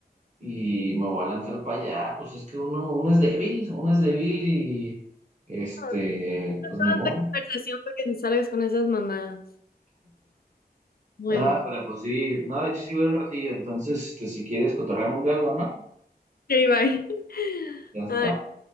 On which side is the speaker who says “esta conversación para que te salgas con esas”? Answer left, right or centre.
Left